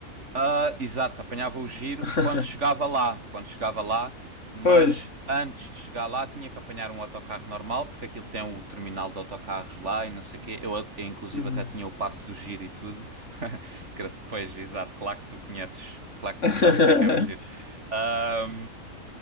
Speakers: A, on the right; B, on the left.
A: Ah, exato, apanhava o giro
B: <laughs>
A: quando chegava lá, quando chegava lá, mas
B: Pois.
A: antes de chegar lá tinha que apanhar um autocarro normal, porque aquilo tem o terminal de autocarros lá e não sei o quê. Eu, eu, inclusive
B: Uhum.
A: até tinha o passo do giro e tudo. <laughs> Gra- Pois, exato, claro que tu conheces, claro que
B: <laughs>
A: tu sabes o que é que é o giro. Ah,